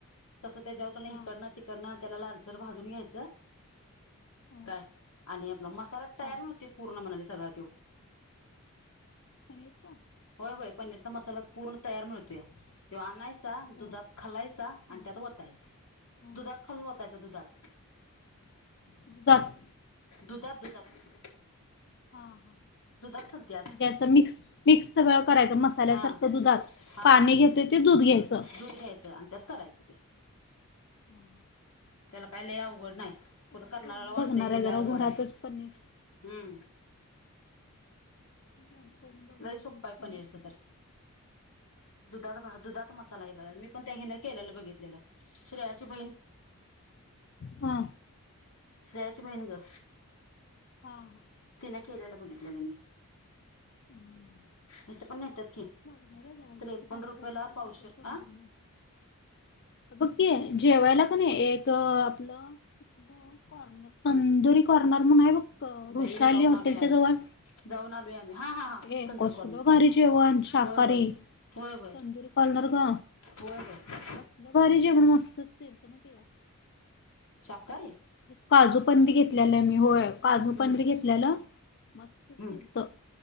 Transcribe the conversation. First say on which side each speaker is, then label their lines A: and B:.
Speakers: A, on the left; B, on the left.
A: तसं तेज्यावर कणी
B: हा.
A: हिकडन -तिकडन त्याला लालसर भाजून घ्यायचं.
B: हा.
A: काय आणि आपला मसाला तयार
B: हा
A: न ते पूर्ण म्हणाले सगळ्या तो
B: पनीरचा
A: होय, होय पनीरचा मसाला पूर्ण तयार मिळतोया. तो आणायचा,
B: हा
A: दुधात खालायचा, आणि
B: हा
A: त्यात वतायचा.
B: हा
A: दुधात खलून वतायचा दुधात.
B: <inaudible> दुधात.
A: दुधात, दुधात.
B: हा.
A: दुधात खलत्यात.
B: म्हणजे असं मिक्स, मिक्स सगळं करायचं मसाल्यासारखं
A: हा
B: दुधात
A: हा
B: पाणी घेतय? ते दूध घ्यायचं.
A: दूध घ्यायचं, आणि त्यात करायचं ते.
B: हम.
A: त्याला काय लई अवघड नाही? कुठं
B: करून
A: करणाऱ्याला वाटतंय
B: बघणार
A: ते
B: आहे.
A: लय
B: जरा
A: अवघड
B: घरातच
A: आहे
B: पनीर.
A: हम्म
B: करून बघणार
A: लई सोप्पा
B: आहे म पनीर.
A: पनीरचं तर दुधात, दुधात मसाला हे खलाल, मी पण त्या ह न केलेलं बघितलेलं श्रेयाची बहीण
B: <inaudible> हा.
A: श्रेयाची बहिण ग.
B: हा, हा.
A: तिने केलेल बघितलेल मी.
B: <inaudible>
A: इथ पण नेत्यात की
B: बघणार आहे
A: त्रेपन्न
B: घरा जरा
A: रुपयाला
B: घरातल्या घरातच
A: पावशेर
B: करून
A: आ
B: बघणार बघ की जेवायला पण एक आपलं कॉर्नर तंदुरी कॉर्नर म्हणून हाय बग
A: बाई
B: वृषाली
A: जाऊन
B: हॉटेलच्या
A: आलोय आम्ही
B: जवळ
A: जाऊन आलोय आम्ही हा हा हा
B: ते
A: तंदुरी
B: कसलं
A: कॉर्नर
B: भारी जेवण शाकाहारी
A: होय होय होय होय
B: तंदुरी कॉर्नर ग
A: होय होय
B: कसलं भारी जेवण असतंस ते माहित आहे का
A: शाकाहारी
B: काजू पनीर घेतलेलं मी होय काजू
A: हम्म
B: पनीर घेतलेलं मस्तचं
A: हम्म
B: होत